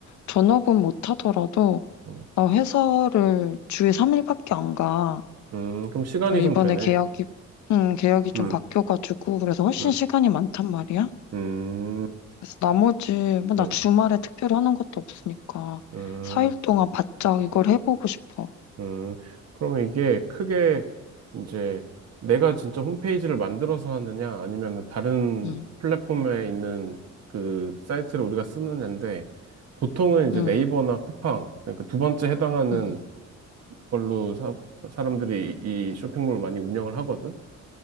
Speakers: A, on the left; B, on the right.
A: 전업은 못하더라도
B: 음,
A: 나 회사를 주에 3일밖에 안 가.
B: 음, 그럼 시간이
A: 좀 이번에
B: 좀 되네.
A: 계약이, 음, 계약이 좀
B: 음,
A: 바뀌어가지고 그래서 훨씬
B: 음,
A: 시간이 많단 말이야.
B: 음,
A: 그래서 나머지 뭐 나
B: 음,
A: 주말에 특별히 하는 것도 없으니까
B: 음.
A: 4일 동안 바짝 이걸 해보고 싶어.
B: 음, 그러면 이게 크게 이제 내가 진짜 홈페이지를 만들어서 하느냐, 아니면 다른
A: 음,
B: 플랫폼에 있는 그 사이트를 우리가 쓰느냐인데, 보통은 이제
A: 음,
B: 네이버나 쿠팡, 그러니까 두 번째 해당하는
A: 음,
B: 걸로 사, 사람들이 이 쇼핑몰을 많이 운영을 하거든?